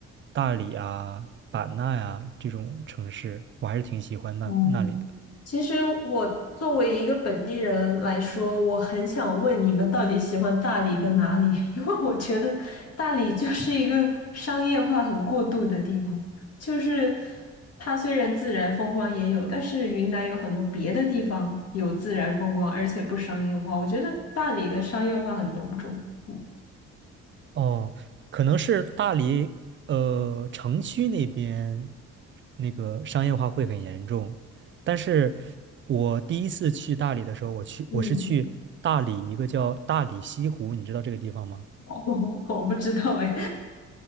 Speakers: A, on the right (about 40°); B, on the left (about 55°).
A: 大理啊、版纳呀、这种城市，我还是挺喜欢那那里的。
B: 嗯。其实我作为一个本地人来说，我很想问你们到底喜欢大理的哪里？<laughs> 因为我觉得大理就是一个商业化很过度的地方，就是它虽然自然风光也有，但是云南有很多别的地方有自然风光，而且不商业化。我觉得大理的商业化很浓重。嗯，
A: 哦，可能是大理，呃，城区那边那个商业化会很严重，但是我第一次去大理的时候，我去我是去大理一个叫大理西湖，
B: 嗯
A: 你知道这个地方吗？
B: <laughs>，我不知道哎。